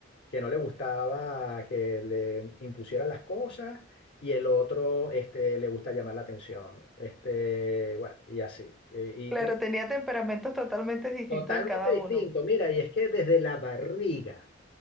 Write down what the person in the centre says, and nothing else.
Claro,
tenía temperamentos totalmente distintos
en cada
uno.